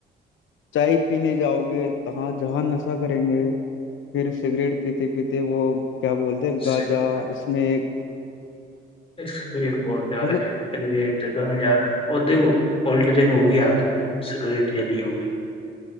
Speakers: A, on the left; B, on the left.
A: چائے پینے جاؤ گے تاں جہاں نشہ کریں گے پھر سگریٹ پیتے پیتے وہ کیا بولتے گاجا
B: سک-
A: اس میں ایک
B: اس بھی بہت زیاد
A: مطلب
B: ہے سگریٹ کا ے کو پل ڈرنگ ہوگی ہاتھ میں سگریٹ جلی ہوگی